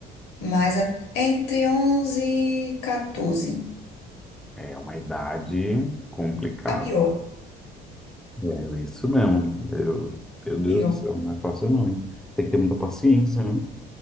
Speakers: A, on the left; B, in the centre.
A: Mas a- entre onze e 14.
B: É uma idade complicada.
A: A pior,
B: É é isso mesmo. Eu, meu
A: a
B: Deus
A: pior.
B: do céu, não é fácil não, hein? Tem que ter muita paciência, né?